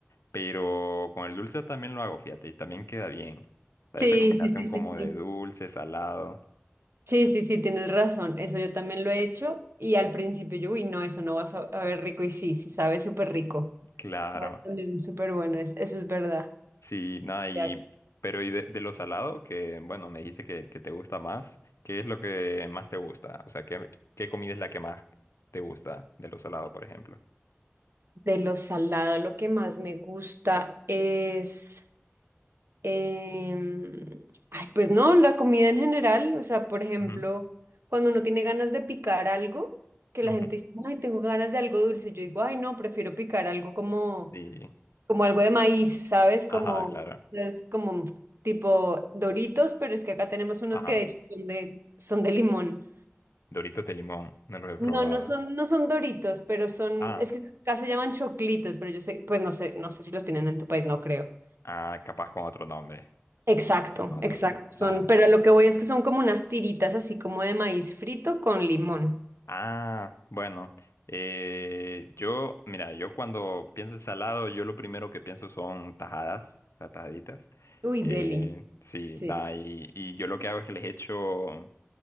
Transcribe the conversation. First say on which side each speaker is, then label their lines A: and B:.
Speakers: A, on the left; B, on the right.
A: pero con el dulce también lo hago, fíjate, y también queda bien. O
B: Sí,
A: sea, esa combinación
B: sí,
A: como
B: sí, sí, sí.
A: de dulce, salado,
B: Sí, sí, sí, tienes razón. Eso yo también lo he hecho. Y al principio yo, uy, no, eso no va a saber rico. Y sí, sí, sabe súper rico.
A: claro.
B: Sabe también súper bueno. Es, eso es verdad.
A: Sí, nada, y,
B: Ya,
A: pero y de, de lo salado, que bueno, me dijiste que, que te gusta más, ¿qué es lo que más te gusta? O sea, ¿qué, qué comida es la que más te gusta de lo salado, por ejemplo?
B: De lo salado, lo que más me gusta es. em, ay, pues no, la comida en general. O sea, por ejemplo,
A: Ujú,
B: cuando uno tiene ganas de picar algo, que
A: ujú.
B: la gente dice, ay, tengo ganas de algo dulce. Yo digo, ay, no, prefiero picar algo como
A: Sí,
B: como algo de maíz, ¿sabes?
A: ajá,
B: Como,
A: claro,
B: es como tipo Doritos, pero es que acá tenemos unos
A: ajá.
B: que de hecho son de, son de limón.
A: Doritos de limón, no los he
B: No,
A: probado.
B: no son, no son Doritos, pero son,
A: Ah,
B: es que acá se llaman choclitos, pero yo sé, pues no sé, no sé si los tienen en tu país, no creo.
A: ah, capaz con otro nombre,
B: Exacto,
A: capaz con otro
B: exacto.
A: nombre.
B: Son,
A: Ajá.
B: pero a lo que voy es que son como unas tiritas así como de maíz frito con limón.
A: Ah, bueno, eh, yo, mira, yo cuando pienso en salado, yo lo primero que pienso son tajadas, o sea, tajaditas.
B: Uy,
A: Eh,
B: deli.
A: sí,
B: Sí.
A: nada, y, y yo lo que hago es que les echo,